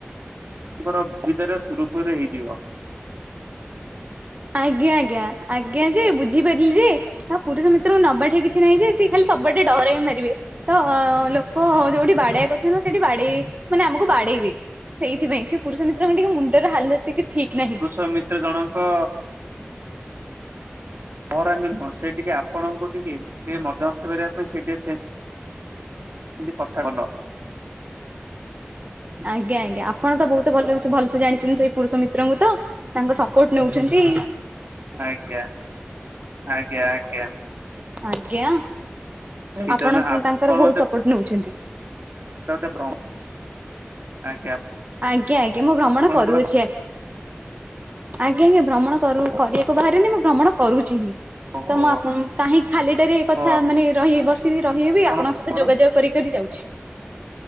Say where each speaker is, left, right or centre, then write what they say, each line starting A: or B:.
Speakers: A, on the right; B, on the right.
A: ତମର ସୁବିଧାରେ ସୁରୁଖୁରୁରେ ହେଇଯିବ।
B: ଆଜ୍ଞା ଆଜ୍ଞା ଆଜ୍ଞା ଯେ ବୁଝିପାରିଲି ଯେ ନା ପୁରୁଷ ମିତ୍ରଙ୍କୁ ନବା ଠେ କିଛି ନାହିଁ ଯେ ସେ ଖାଲି ସବୁଆଡେ ଡହରାମି ମାରିବେ ତ ଲୋକ ଯୋଉଠି ବାଡେଇଆ କଥା ନୁହଁ ସେଠି ବାଡେଇ ମାନେ ଆମକୁ ବାଡେଇବେ। ସେଇଥିପାଇଁ ସେ ପୁରୁଷ ମିତ୍ରଙ୍କ ଟିକେ ମୁଣ୍ଡର ହାଲତ୍ ଟିକେ ଠିକ ନାହିଁ
A: ପୁରୁଷ ମିତ୍ର ଜଣଙ୍କ ଡହରାମି ନୁହଁ। ସେ ଟିକେ ଆପଣଙ୍କୁ ଟିକେ ଟିକେ ମଜା ମସ୍ତି କରିବା ପାଇଁ ସେଇ ଟିକେ ସେ ପ୍ରସ୍ଥାଗତ
B: ଆଜ୍ଞା ଆଜ୍ଞା ଆପଣ ତ ବହୁତ ଭଲ ଭଲସେ ଜାଣିଛନ୍ତି ସେଇ ପୁରୁଷ ମିତ୍ରଙ୍କୁ ତ ତାଙ୍କ ସପୋର୍ଟ ନେଉଛ ଛନ୍ତି।
A: ଆଜ୍ଞା ଆଜ୍ଞା ଆଜ୍ଞା।
B: ଆଜ୍ଞା।
A: ସିତ
B: ଆପଣ
A: ଦିନେ ଆପଣ
B: ତାଙ୍କର ବହୁତ ସପୋର୍ଟ ନେଉଛନ୍ତି।
A: ସେ <unintelligible> ଆଜ୍ଞା।
B: ଆଜ୍ଞା ଆଜ୍ଞା ମୁଁ ଭ୍ରମଣ
A: ଆପଣ
B: କରୁଅଛି।
A: ଗୋଟେ
B: ଆ ଆଜ୍ଞା ଆଞା ଭ୍ରମଣ କରୁ କରିଆ ବାହାରେନି ମୁଁ ଭ୍ରମଣ କରୁଛି ହିଁ
A: ଓହୋ
B: ତ ମୁଁ ଆପ କାହିଁକି ଖାଲିଟାରେ କଥା
A: ହଉ
B: ମାନେ ରହି ବ ତିବି ରହିଲେ
A: ଆପଣ
B: ବି ଆପଣଙ୍କ ସହିତ
A: କଣ
B: ଯୋଗାଯୋଗ କରି କରି ଯାଉଛି।